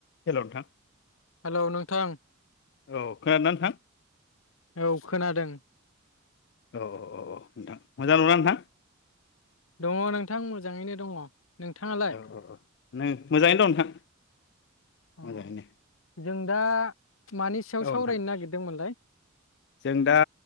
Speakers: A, on the left; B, on the left.
A: <inaudible> हेल' नोंथां
B: हेलौ नोंथां
A: औ खोनादोंना नोंथां
B: <inaudible> औ खोनादों
A: औ औ नोंथां मोजां दङ ना नोंथां?
B: दङ नोंथां मोजाङैनो दङ नोंथाङालाय
A: औ औ औ नों मोजाङैनो दं नोंथां
B: अ
A: मोजाङैनो
B: जों दा मानि सायाव
A: औ
B: सावरायनो
A: नोंथां
B: नागिरदोंमोनलाय?
A: जों दा